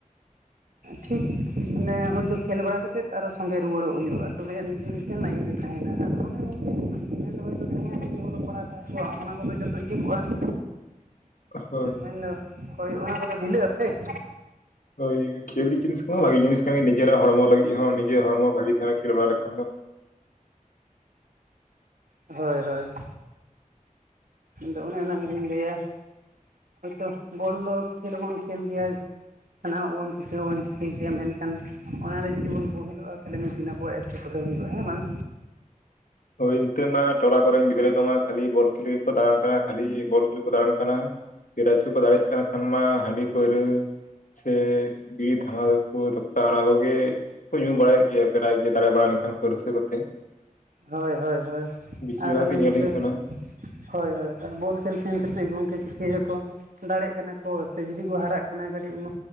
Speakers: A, on the right (about 80°); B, on the left (about 75°).
A: ᱴᱷᱤᱠ ᱢᱟᱱᱮ ᱦᱚᱭᱛᱳ ᱠᱷᱮᱞ ᱵᱟᱲᱟ ᱠᱟᱛᱮᱫ ᱟᱨᱚ ᱥᱚᱸᱜᱮ ᱨᱩᱣᱟᱹᱲᱚᱜ ᱦᱩᱭᱩᱜᱼᱟ, ᱛᱚᱵᱮ ᱟᱹᱱᱤᱡ ᱜᱮ ᱞᱟᱹᱭᱤᱱ ᱨᱮ ᱛᱟᱦᱮᱱᱟ, ᱟᱫᱚ ᱚᱱᱮ ᱜᱚᱝᱠᱮ ᱦᱚᱭᱛᱚ ᱛᱟᱦᱮᱸ ᱡᱩᱫᱤ ᱚᱞᱚᱜ ᱯᱟᱲᱦᱟᱣ ᱛᱟᱦᱮᱸ ᱠᱚᱜᱼᱟ ᱚᱱᱟ ᱠᱚᱫᱚ ᱡᱚᱛᱚ ᱤᱭᱟᱹ ᱠᱚᱜᱼᱟ ᱾
B: ᱦᱳᱭ ᱾
A: ᱢᱮᱱᱫᱚ ᱦᱳᱭ ᱚᱱᱟ ᱠᱚᱫᱚ ᱵᱷᱤᱞᱟᱹᱜᱼᱟ ᱥᱮ ᱾
B: ᱦᱳᱭ ᱠᱷᱮᱞ ᱡᱤᱱᱤᱥ ᱠᱟᱱᱟ ᱵᱷᱟᱜᱮ ᱡᱤᱱᱤᱥ ᱠᱟᱱ ᱜᱮᱭᱟ ᱱᱤᱡᱮᱨᱟᱜ ᱦᱚᱲᱢᱚ ᱞᱟᱹᱜᱤᱫ ᱦᱚᱸ ᱱᱤᱡᱮᱨ ᱦᱚᱲᱢᱚ ᱵᱷᱟᱜᱤ ᱛᱟᱦᱮᱱᱟ ᱠᱷᱮᱞ ᱵᱟᱲᱟ ᱞᱮᱠᱷᱟᱱ ᱫᱚ ᱾
A: ᱦᱳᱭ, ᱦᱳᱭ ᱾ ᱟᱫᱚ ᱚᱱᱮ ᱚᱱᱟ ᱜᱮᱞᱤᱧ ᱞᱟᱹᱭᱟ ᱦᱳᱭᱛᱳ ᱵᱚᱞ ᱫᱚ ᱠᱷᱮᱞ ᱦᱚᱸᱵᱚᱱ ᱠᱷᱮᱞ ᱜᱮᱭᱟ, ᱥᱟᱱᱟᱢᱟᱜ ᱵᱚᱱ ᱪᱤᱠᱟᱹ ᱦᱚᱸᱵᱚᱱ ᱪᱤᱠᱟᱹᱭ ᱜᱮᱭᱟ ᱢᱮᱱᱠᱷᱟᱱ ᱚᱱᱟᱨᱮ ᱡᱩᱫᱤ ᱵᱚᱱ ᱵᱳᱦᱮᱞᱚᱜᱼᱟ, ᱛᱟᱦᱚᱞᱮ ᱢᱤᱫ ᱫᱤᱱ ᱟᱵᱚᱣᱟᱜ ᱮᱴ ᱮᱴᱠᱮᱴᱚᱬᱮ ᱦᱩᱭᱩᱜᱼᱟ ᱦᱮᱸ ᱵᱟᱝ?
B: ᱦᱳᱭ ᱱᱤᱛᱳᱜ ᱱᱟ ᱴᱚᱞᱟ ᱠᱚᱨᱮᱱ ᱜᱤᱫᱽᱨᱟᱹ ᱠᱚᱢᱟ ᱠᱷᱟᱹᱞᱤ ᱵᱚᱞ ᱠᱷᱮᱞ ᱜᱮᱠᱚ ᱫᱟᱬᱟᱱ ᱠᱟᱱᱟ ᱠᱷᱟᱹᱞᱤ ᱵᱚᱞ ᱠᱷᱮᱞ ᱫᱟᱬᱟᱱ ᱠᱟᱱᱟ, ᱯᱨᱟᱭᱤᱡᱽ ᱠᱚᱠᱚ ᱫᱟᱲᱮᱭᱟᱜ ᱠᱟᱱ ᱠᱷᱟᱱ ᱢᱟ ᱦᱟᱺᱰᱤ ᱯᱟᱹᱣᱨᱟᱹ ᱥᱮ ᱵᱤᱲᱤ ᱛᱷᱟᱢᱟ ᱠᱩᱨ ᱫᱚᱠᱛᱟ ᱚᱱᱟ ᱠᱚ ᱜᱮ ᱠᱚ ᱧᱩ ᱵᱟᱲᱟᱭᱮᱜ ᱜᱮᱭᱟ ᱯᱨᱟᱭ ᱜᱮ ᱫᱟᱲᱮ ᱵᱟᱲᱟ ᱞᱮᱱᱠᱷᱟᱱ ᱠᱚ ᱨᱟᱹᱥᱟᱹ ᱠᱟᱛᱮ ᱾
A: ᱦᱳᱭ ᱦᱳᱭ ᱦᱳᱭ
B: ᱵᱮᱥᱤᱨ
A: ᱟᱨ
B: ᱵᱷᱟᱜᱽ
A: ᱚᱱᱮ
B: ᱜᱮ ᱧᱮᱞ
A: ᱧᱩᱫᱟᱹ
B: ᱦᱩᱭᱩᱜ ᱠᱟᱱᱟ
A: ᱦᱳᱭ ᱦᱳᱭ ᱟᱨ ᱵᱚᱞ ᱠᱷᱮᱞ ᱥᱮᱱ ᱠᱟᱛᱮᱫ ᱜᱚᱝᱠᱮ ᱪᱤᱠᱟᱹᱭ ᱫᱟᱠᱚ? ᱫᱟᱲᱮᱜ ᱠᱟᱱᱟ ᱠᱚ ᱥᱮ ᱡᱩᱫᱤ ᱠᱚ ᱦᱟᱨᱟᱜ ᱠᱟᱱᱟ ᱠᱟᱹᱴᱤᱡ ᱢᱟ